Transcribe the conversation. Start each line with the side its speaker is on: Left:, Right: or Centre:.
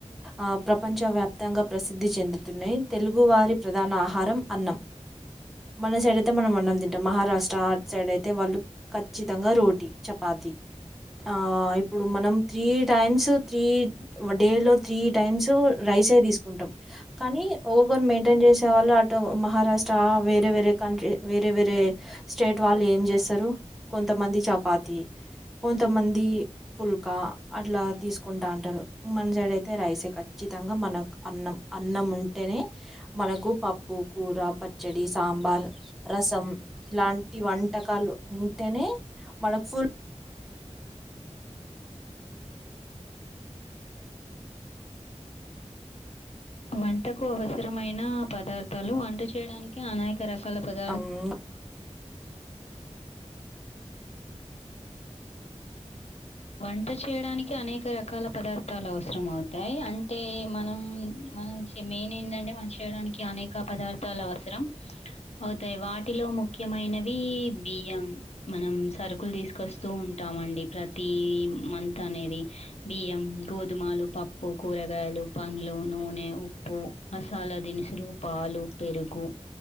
Centre: ఆ ప్రపంచ వ్యాప్తంగా ప్రసిద్ధి చెందుతున్నాయి తెలుగు వారి ప్రధాన ఆహారం అన్నం
Left: అ
Centre: మన సైడ్ అయితే మనం అన్నం తింటాం మహారాష్ట్ర అటు సైడ్ అయితే వాళ్ళు ఖచ్చితంగా రోటీ, చపాతి ఆఁ ఇప్పుడు మనం త్రీ టైమ్స్ త్రీ డే లో త్రీ టైమ్స్ రైసే తీసుకుంటం కానీ ఒవర్ మెయింటైన్ చేసేవాళ్ళు అటు మహారాష్ స్టా వేరే వేరే క్రంట్రీ వేరే వేరే స్టేట్ వాళ్ళు ఏం చేస్తరు కొంతమంది చపా తి కొంతమంది పుల్కా అట్లా తీసుకుంటా అంటరు మన సైడ్ అయితే రైసే కచ్చి తంగా మనక్ అన్నం అన్నం ఉంటేనే మనకు పప్పు కూర ప చ్చడి సాంబార్ రసం ఇలాంటి వంటకాలు ఉంటేనే మనకు ఫుల్
Left: వంటకు అవసరమైన పదార్థాలు వంట చేయడానికి అనేక ర కాల పదార్
Centre: ఆహ్
Left: వంట చేయడానికి అనేక రకాల పదార్థాలు అవసరం అవుతాయి అంటే మనం మనచె మెయిన్ ఏందంటే మన చేయడానికి అనేక పదార్థాలు అవసరం అవుతాయి వాటిలో ముఖ్యమైనవి బియ్యం మనం సరుకులు తీసుకొస్తూ ఉంటామండి ప్ర తీ మంత్ అనేది బియ్యం గోధుమలు పప్పు కూరగాయలు పండ్లు నూనె ఉప్పు మసాలా దినుసులు పాలు పెరుగు